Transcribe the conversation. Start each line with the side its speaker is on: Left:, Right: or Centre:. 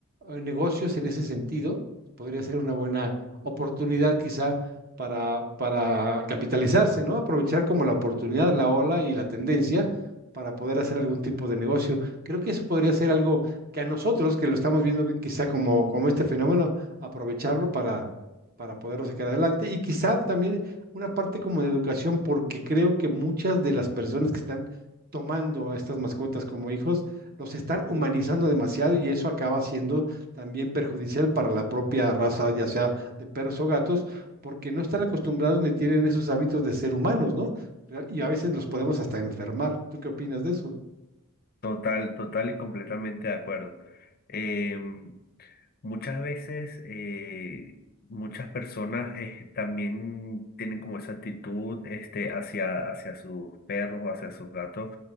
Right: eh, negocios en ese sentido. Podría ser una buena oportunidad quizá para, para capitalizarse, ¿no? Aprovechar como la oportunidad, la ola y la tendencia para poder hacer algún tipo de negocio. Creo que eso podría ser algo que a nosotros que lo estamos viendo quizá como, como este fenómeno, aprovecharlo para, para poderlo sacar adelante y quizá también una parte como de educación, porque creo que muchas de las personas que están tomando a estas mascotas como hijos, los están humanizando demasiado y eso acaba siendo también perjudicial para la propia raza, ya sea de perros o gatos, porque no están acostumbrados ni tienen esos hábitos de ser humanos, ¿no? Y a veces los podemos hasta enfermar. ¿Tú qué opinas de eso?
Left: Total, total y completamente de acuerdo. Eh, muchas veces, eh, muchas personas eh, también tienen como esa actitud este, hacia, hacia sus perros o hacia sus gatos.